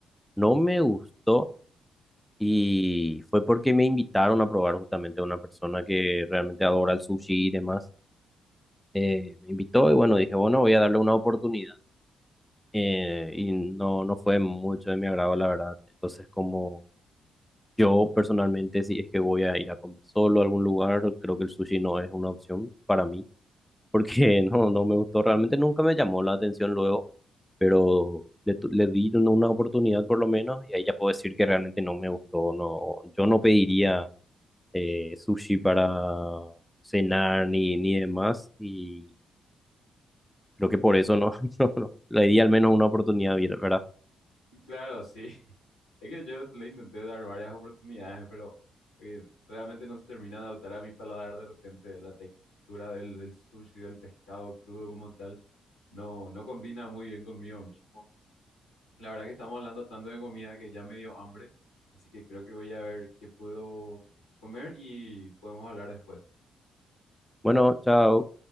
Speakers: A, in the centre; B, on the left (about 85°).
A: no me gustó Y fue porque me invitaron a probar justamente a una persona que realmente adora el sushi y demás. Eh, me invitó y bueno, dije, bueno, voy a darle una oportunidad. Eh, y no, no fue mucho de mi agrado, la verdad. Entonces, como yo personalmente, si es que voy a ir a comer solo a algún lugar, creo que el sushi no es una opción para mí, porque <laughs> no, no me gustó, realmente nunca me llamó la atención luego, pero le, tu- le di una una oportunidad por lo menos y ahí ya puedo decir que realmente no me gustó. No, yo no pediría eh, sushi para cenar ni, ni demás. Y creo que por eso no, <laughs> no, no, le di al menos una oportunidad, ¿verdad?
B: Y Claro, sí, <laughs> es que yo le intenté dar varias oportunidades, pero eh, realmente no se termina de adaptar a mi paladar de repente la textura del, del sushi, del pescado crudo como tal, no, no combina muy bien conmigo mismo. La verdad que estamos hablando tanto de comida que ya me dio hambre, así que creo que voy a ver qué puedo comer y podemos hablar después.
A: Bueno, chao.